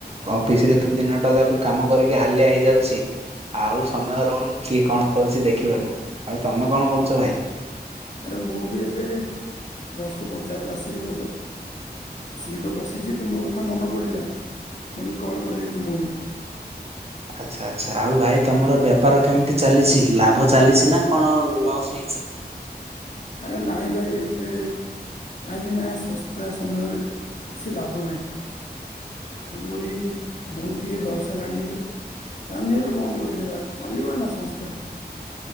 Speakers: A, on the right (about 35°); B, on the left (about 45°).
A: କ-ଅଫିସରେ ତ ଦିନ ଦିନଟା ଯାକ କାମ କରିକି ହାଲିଆ ହେଇଯାଉଛି। ଆଉ ସମୟ ରହୁନି କିଏ କଣ କରୁଚି ଦେଖିବାକୁ ଆଉ ତମେ କଣ କରୁଚ ଭାଇ?
B: ଆରେ ମୁଁ ବି ଏବେ ଜଷ୍ଟ ବଜାରରୁ ଆସିଲି ବୋଧେ। ଆସିକି ତ ବସିଚି ତୁମ କଥା ମନ ପଡିଲା ପୁଣି କଲ୍ କଢିଲି ତୁମକୁ।
A: ଆଚ୍ଛା ଆଚ୍ଛା ଆଉ ଭାଇ ତମର ବେପାର କେମିତି ଚାଲିଛି ଲାଭ ଚାଲିଛି ନା କଣ ଲସ୍ ହେଇଛି?
B: ଆରେ ନାଇଁ ଭାଇ ଏବେ କାହିଁକି ନା ଶସ୍ତା ସମୟରେ କିଛି ଲାଭନାହିଁ। ତେଣୁକରି ବୋହୁତ ଟିକେ ଲସ୍ ହେଲାଣି ଏବେ। ତା ନୁହେଁ ତ ବନ୍ଦ କରିଦେବା ଚାଲିବ ନା ସଂସ୍ଥା।